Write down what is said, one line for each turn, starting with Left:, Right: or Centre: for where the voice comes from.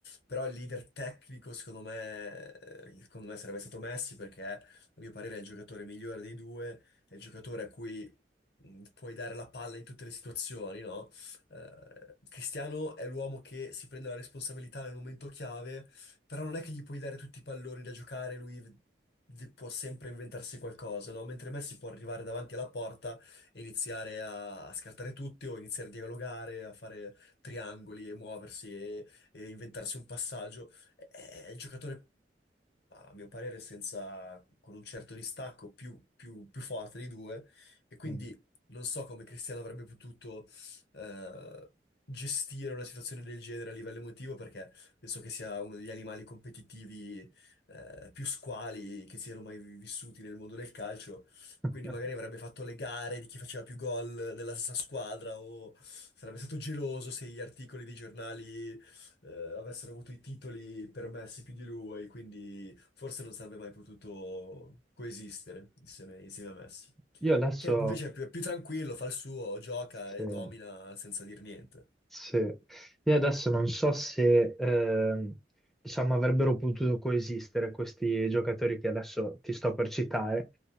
Left: Però il leader tecnico, secondo me, eh, secondo me sarebbe stato Messi, perché a mio parere è il giocatore migliore dei due, è il giocatore a cui mh, puoi dare la palla in tutte le situazioni, no? eh, Cristiano è l'uomo che si prende la responsabilità nel momento chiave, però non è che gli puoi dare tutti i palloni da giocare, lui v- può sempre inventarsi qualcosa, no? Mentre Messi può arrivare davanti alla porta e iniziare a, a scartare tutti o iniziare a dialogare, a fare triangoli e muoversi e, e inventarsi un passaggio. È, è il giocatore a mio parere, senza, con un certo distacco più, più- più forte dei due, e quindi
Centre: Mm.
Left: non so come Cristiano avrebbe potuto eh, gestire una situazione del genere a livello emotivo, perché penso che sia uno degli animali competitivi eh, più squali che siano mai vi- vissuti nel mondo del calcio,
Centre: <laughs>
Left: quindi magari avrebbe fatto le gare di chi faceva più gol della stessa squadra o sarebbe stato geloso se gli articoli dei giornali eh, avessero avuto i titoli permessi più di lui, quindi forse non sarebbe mai potuto coesistere insieme, insieme a Messi.
Centre: Io adesso,
Left: Che invece è più, è più tranquillo, fa il suo, gioca
Centre: sì.
Left: e domina senza dir niente.
Centre: Sì. Io adesso non so se ehm, diciamo avrebbero potuto coesistere questi giocatori che adesso ti sto per citare.